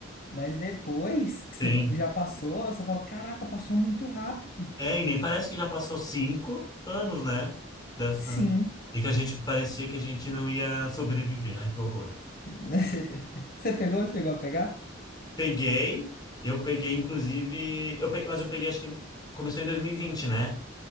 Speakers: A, on the left; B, on the left.
A: Mas depois que você
B: tem.
A: já passou, você fala, caraca, passou muito rápido.
B: É, e nem parece que já passou cinco anos, né? Dessa.
A: Sim.
B: E que a gente parecia que a gente não ia sobreviver. Ai, que horror.
A: <laughs> Você pegou? Chegou a pegar?
B: Peguei, eu peguei, inclusive. Eu peguei, mas eu peguei, acho que começou em 2020, né?